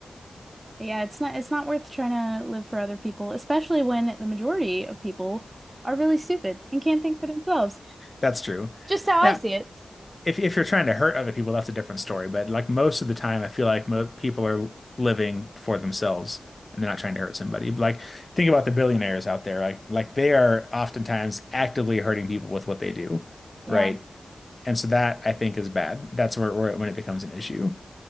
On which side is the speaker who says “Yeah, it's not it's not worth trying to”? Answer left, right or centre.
Right